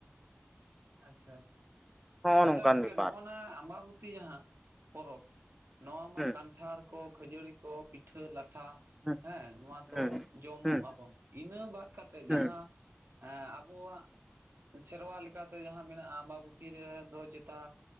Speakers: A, on the right; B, in the centre.
A: ᱟᱪᱪᱷᱟ ᱟᱪᱪᱷᱟ,
B: ᱱᱚᱜᱼᱚ
A: ᱟᱪᱪᱷᱟ
B: ᱱᱚᱝᱠᱟᱱ
A: ᱜᱚᱝᱠᱮ
B: ᱵᱮᱯᱟᱨ
A: ᱱᱚᱜᱼᱱᱟ ᱟᱢᱵᱟᱵᱚᱛᱤ ᱡᱟᱦᱟᱸ ᱯᱚᱨᱚᱵᱽ ᱾ ᱱᱚᱣᱟ ᱢᱟ
B: ᱦᱩᱸ
A: ᱠᱟᱱᱴᱷᱟᱲ ᱠᱚ ᱠᱷᱟᱹᱡᱟᱹᱲᱤ ᱠᱚ ᱯᱤᱴᱷᱟᱹ ᱞᱟᱴᱷᱟ ᱾
B: ᱦᱩᱸ
A: ᱦᱮᱸ ᱱᱚᱣᱟ ᱫᱚ
B: ᱦᱩᱸ
A: ᱡᱚᱢ
B: ᱦᱩᱸ
A: ᱟᱵᱚᱱ ᱤᱱᱟᱹ ᱵᱟᱫ ᱠᱟᱛᱮᱫ
B: ᱦᱩᱸ
A: ᱡᱟᱦᱟᱸ ᱼᱼ ᱮᱸ ᱟᱵᱚᱣᱟᱜ ᱥᱮᱨᱣᱟ ᱞᱮᱠᱟᱛᱮ ᱡᱟᱦᱟᱸ ᱢᱮᱱᱟᱜᱼᱟ ᱟᱢᱵᱟᱵᱚᱛᱤ ᱨᱮ ᱫᱚ ᱪᱮᱛᱟᱼᱼ